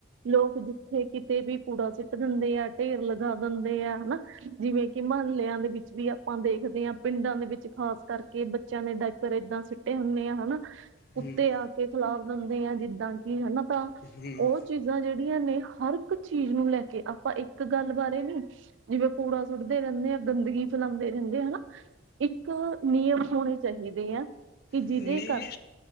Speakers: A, on the right; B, on the left.
A: ਲੋਕ ਜਿੱਥੇ ਕਿਤੇ ਵੀ ਕੂੜਾ ਸਿੱਟ ਦਿੰਦੇ ਆ, ਢੇਰ ਲਗਾ ਦਿੰਦੇ ਆ, ਹਨਾ? ਜਿਵੇਂ ਕਿ ਮਹਲਿਆਂ ਦੇ ਵਿੱਚ ਵੀ, ਆਪਾਂ ਦੇਖਦੇ ਆਂ, ਪਿੰਡਾਂ ਦੇ ਵਿੱਚ ਖ਼ਾਸ ਕਰਕੇ ਬੱਚਿਆਂ ਦੇ ਡਾਇਪਰ ਇਦਾਂ ਸਿੱਟੇ ਹੁੰਦੇ ਆ, ਹਨਾ? ਕੁੱਤੇ
B: ਹੂੰ
A: ਆ ਕੇ ਖਲਾਰ ਦਿੰਦੇ ਆ, ਜਿੱਦਾਂ ਕਿ ਹਨਾ, ਤਾਂ
B: ਹੂੰ
A: ਉਹ
B: ਹੂੰ
A: ਚੀਜ਼ਾਂ ਜਿਹੜੀਆਂ ਨੇ, ਹਰ ਇੱਕ ਚੀਜ਼ ਨੂੰ ਲੈ ਕੇ ਆਪਾਂ ਇੱਕ ਗੱਲ ਬਾਰੇ ਨੀ ਜਿਵੇਂ ਕੂੜਾ ਸੁੱਟਦੇ ਰਹਿੰਦੇ ਆ, ਗੰਦਗੀ ਫੈਲਾਂਦੇ ਰਹਿੰਦੇ ਆ ਹਨਾ, ਇੱਕ ਨਿਯਮ ਹੋਣੇ ਚਾਹੀਦੇ ਆ, ਕਿ ਜਿਹਦੇ
B: ਨੀ
A: ਕਰ